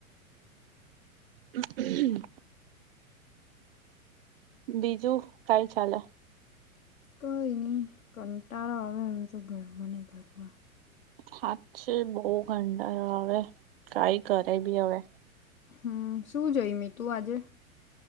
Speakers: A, on the right; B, on the left.
A: <inaudible> બીજું કાંઈ ચાલે?
B: કંઈ ની. કંટાળો આવે હવે તો ઘરમાં ને ઘરમાં.
A: સાચે બઉ કંટાળો આવે. કાંઈ કરે બી હવે.
B: હમ્મ. શું જઈમી તું આજે?